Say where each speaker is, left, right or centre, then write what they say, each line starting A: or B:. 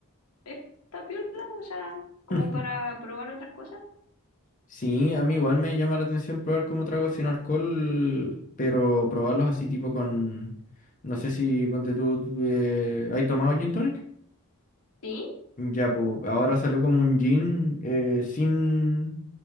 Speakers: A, on the left (about 80°); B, on the left (about 35°).
A: está piola, o sea, como
B: <laughs>
A: para probar otras cosas.
B: Sí, a mí igual me llama la atención probar como tragos sin alcohol, pero probarlos así tipo con... No sé si, ponte tú, tú, eh, ¿hay tomado gin tonic?
A: Sí,
B: Ya, pues ahora salió como un gin eh, sin,